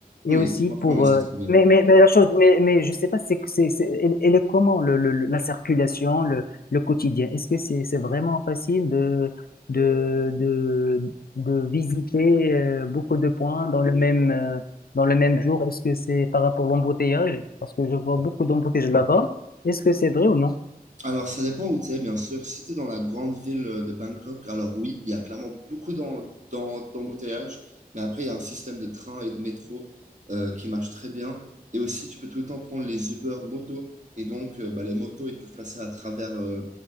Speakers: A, on the left; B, on the right.
A: Et
B: Oui,
A: aussi
B: franchement,
A: pour...
B: oui, c'est
A: euh,
B: très bien.
A: mais, mais, mais la chose, mais, mais je sais pas, c'est, c'est, c'est- elle, elle est comment, le, le- le- la circulation, le, le quotidien? Est-ce que c'est c'est vraiment facile de, de, de, de visiter euh, beaucoup de points dans le même, euh, dans le même jour? Est-ce que c'est par rapport à l'embouteillage? Parce que je vois beaucoup d'embouteillages là-bas. Est-ce que c'est vrai ou non?
B: Alors, ça dépend où tu es, bien sûr. Si tu es dans la grande ville euh, de Bangkok, alors oui, il y a clairement beaucoup d'en- d'en- d'embouteillages, mais après, il y a un système de train et de métro euh, qui marche très bien. Et aussi, tu peux tout le temps prendre les Uber moto. Et donc, euh, bah, les motos, ils peuvent passer à travers euh,